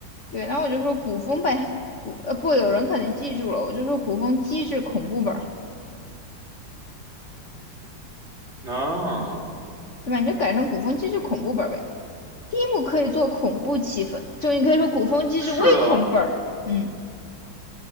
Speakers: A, on the left (about 40°); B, on the right (about 30°).
A: 对，然后我就说古风呗，古呃不，有人肯定记住了，我就说古风机制恐怖本。
B: 啊，
A: 对吧？你就改成古风机制恐怖本儿呗。第一幕可以做恐怖气氛，就你可以说古风机制微恐本儿，
B: 是的，
A: 嗯。